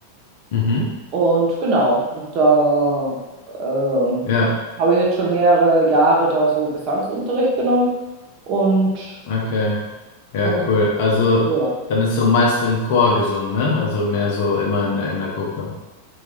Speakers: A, on the left; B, on the right.
A: Mhm.
B: Und genau, und da ähm,
A: Ja.
B: habe ich jetzt schon mehrere Jahre da so Gesangsunterricht genommen und,
A: Okay. Ja,
B: und
A: cool. Also,
B: ja.
A: dann ist so meist im Chor gesungen, ne? Also mehr so immer in der, in der Gruppe.